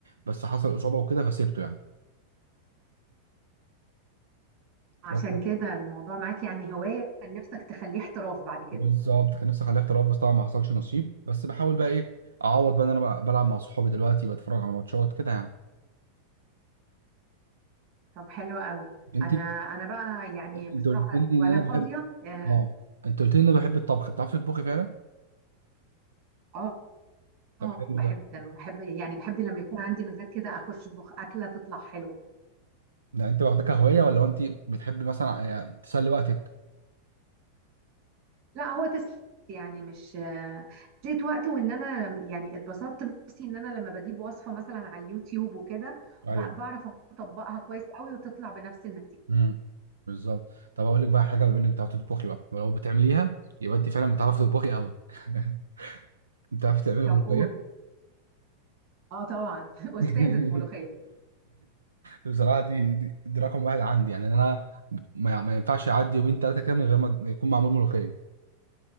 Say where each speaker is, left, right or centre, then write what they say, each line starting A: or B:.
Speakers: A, on the right; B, on the right.
A: بس حصل إصابة وكده فسيبته يعني
B: عشان
A: بس-
B: كده الموضوع معاك يعني هواية كان نفسك تخليه احتراف بعد كده
A: بالظبط كان نفسي أخليه احتراف بس طبعا ما حصلش نصيب بس بحاول بقى إيه أعوض بقى إن أنا بقى بلعب مع صحابي دلوقتي بتفرج على ماتشات كده يعني
B: طب حلوة قوي
A: أنت
B: انا انا بقى يعني بصراحة
A: أنت قلت لي
B: وانا
A: إن أنا
B: فاضية
A: بحب
B: اه
A: آه أنت قلت لي إن أنا بحب الطبخ بتعرفي تطبخي فعلا؟
B: آه،
A: طب
B: آه،
A: حلو
B: باحب
A: ده
B: جدًا، وباحب يعني باحب لمّا يكون عندي مزاج كده أخش أطبخ أكلة تطلع حلوة،
A: ده انت واخده كهوايه ولا هو انت بتحب مثلا يعني تسلي وقتك
B: لأ هو تسلية يعني مش آه، تسلية وقت وإن أنا يعني اتبسطت بنفسي إن أنا لمّا باجيب وصفة مثلًا على اليوتيوب وكده
A: ايوه
B: ب باعرف أطبّقها كويس أوي وتطلع بنفس النتيجة.
A: امم بالظبط طب هقول لك بقى حاجه بما انك بتعرفي تطبخي بقى ولو بتعمليها يبقى انت فعلا بتعرفي تطبخي قوي <laughs> بتعرفي تعملي
B: طب
A: ملوخيه
B: قُل. آه طبعًا، <laughs>
A: <laughs>
B: أستاذة ملوخية.
A: بصراحه دي, دي دي رقم واحد عندي يعني انا ما, ما ينفعش يعدي يومين ثلاثه كده من غير ما يكون معمول ملوخيه